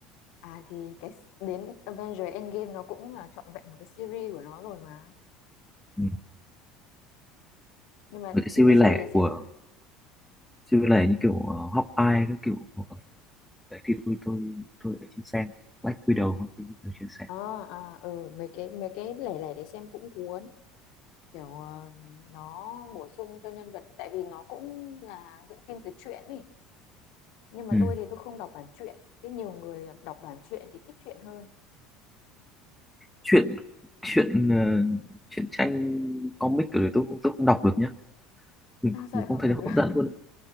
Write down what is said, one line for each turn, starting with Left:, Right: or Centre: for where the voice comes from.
Left: à thì cái đến Avenger Endgame nó cũng là trọn vẹn một cái series của nó rồi mà
Centre: ừ.
Left: nhưng mà
Centre: với cái series
Left: nhưng mà series
Centre: lẻ
Left: để
Centre: của
Left: xem hai-
Centre: series lẻ như kiểu uh, Hawkeye các kiểu ờ, đấy thì tôi tôi tôi đã chưa xem Black Widow các thứ tôi chưa xem
Left: à, à ừ mấy cái mấy cái lẻ lẻ để xem cũng cuốn kiểu ờ, nó bổ sung cho nhân vật tại vì nó cũng là dựng phim từ truyện ý nhưng mà
Centre: ừ.
Left: tôi thì tôi không đọc bản truyện thế nhiều người đọc bản truyện thì thích truyện hơn
Centre: chuyện chuyện ờ, chuyện tranh comic kiểu đấy tôi không- tôi không đọc được nhá mình,
Left: sao vậy
Centre: mình không
Left: không
Centre: thấy
Left: đọc
Centre: nó
Left: được
Centre: hấp dẫn luôn